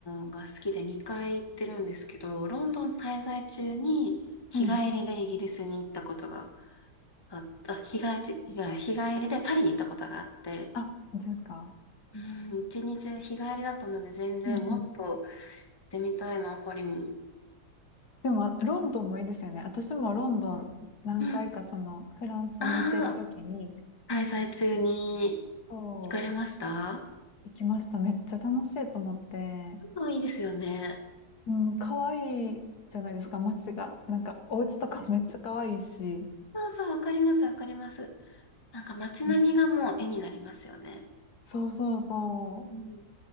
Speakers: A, on the left (about 15°); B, on the left (about 70°).
A: ンが好きで2回行ってるんですけど、ロンドン滞在中に日帰りでイギリスに行ったことが
B: うん
A: あった、あ日帰り、日帰り日帰りでパリに行ったことがあって、
B: あ、本当ですか
A: うん、一日日帰りだったので全然もっと行っ
B: うん
A: てみたいな、パリも。
B: でも、ロンドンもいいですよね。私もロンドン何回かそのフランスに行ってる時に、
A: うん。ああ、滞在中に
B: そう、
A: 行かれました
B: 行きました。めっちゃ楽しいと思って、
A: もういいですよね。
B: うん、可愛いじゃないですか、街が。なんか、お家とかめっちゃ可愛いし。
A: そうそう、わかります、わかります。なんか街並みがもう絵になりますよね。
B: ね。そうそうそう。
A: うん